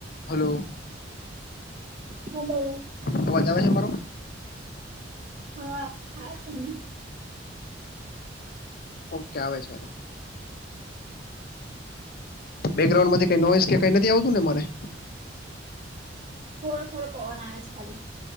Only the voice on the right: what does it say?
હલો.
હા, હા તમને?
તો
થોડો થોડો પવન આવે છે ખાલી.